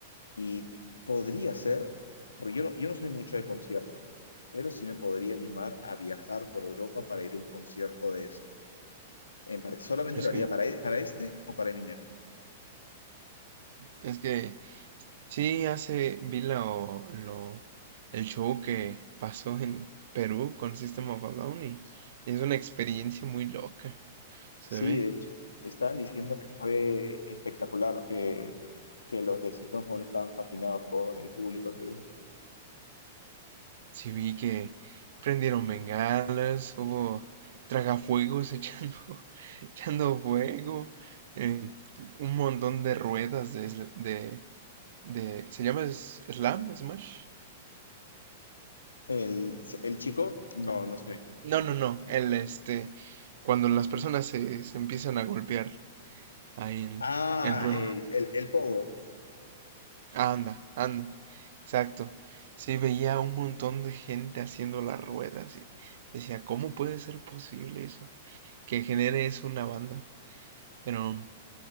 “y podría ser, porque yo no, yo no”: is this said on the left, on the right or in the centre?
Left